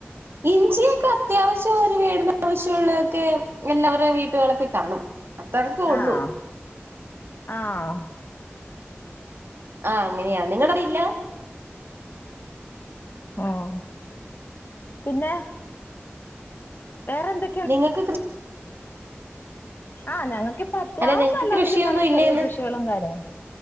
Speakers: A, on the right (about 60°); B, on the left (about 50°).
A: ഇഞ്ചിയൊക്കെ അത്യാവശ്യം ഒരു വീടിന് ആവശ്യം ഉള്ളതൊക്കെ എല്ലാവരെയും വീട്ടുവള പ്പിൽ കാണും അത്രക്കെ
B: ആഹ
A: ഉള്ളൂ
B: ആഹ
A: ഉ ആഹ അങ്ങനെയാ നിങ്ങ അറിയില്ല
B: ആഹ പിന്നെ വേറെന്തൊ
A: നിങ്ങൾക്ക്കൃ
B: ആഹ് ഞങ്ങക്കി പ്പ അത്യാവശ്യം
A: അല്ല നിങ്ങക്ക്
B: അല്ലറ
A: കൃഷിയൊന്നും
B: ചില്ലറ
A: ഇല്ലേന്ന്
B: ചെറിയ കൃഷികളും കാര്യങ്ങള്